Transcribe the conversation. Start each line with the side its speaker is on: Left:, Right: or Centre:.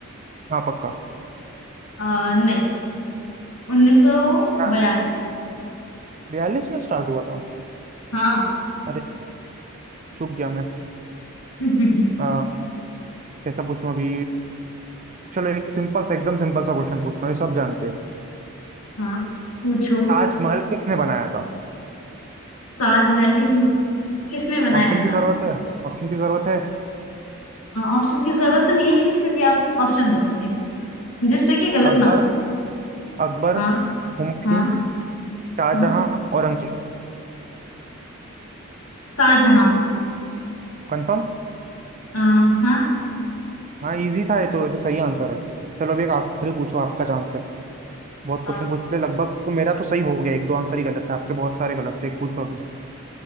Right: हाँ पक्का
Left: अ, नहीं उन्नीस सौ
Right: हाँ
Left: बयालीस
Right: बयालीस में स्टार्ट हुआ था
Left: हाँ
Right: अरे चूक गया मैं
Left: <laughs>
Right: अ, कैसा पूछूं अभी चलो एक सिंपल सा एकदम सिंपल सा क्वेश्चन पूछता हूँ ये सब जानते हैं
Left: हाँ पूछो
Right: ताजमहल किसने बनाया था
Left: ताजमहल किसने किसने बनाया
Right: ऑप्शन की
Left: था
Right: जरूरत है ऑप्शन की जरूरत है
Left: ऑप्शन की जरूरत तो नहीं है लेकिन फिर भी आप ऑप्शन दो मुझे जिससे कि गलत
Right: अकबर
Left: ना हो
Right: अकबर
Left: हाँ
Right: हुमायूं
Left: हाँ
Right: शाहजहां
Left: हाँ
Right: औरंगजेब
Left: शाहजहां
Right: कंफर्म
Left: अ, हाँ
Right: हाँ इजी था ये तो वैसे सही आंसर है चलो अभी एक आखिरी पूछो आपका चांस है बहुत
Left: अ,
Right: क्वेश्चन पूछ ले लगभग तो मेरा तो सही हो गया एक दो आंसर ही गलत है आपके बहुत सारे गलत थे एक पूछो अभी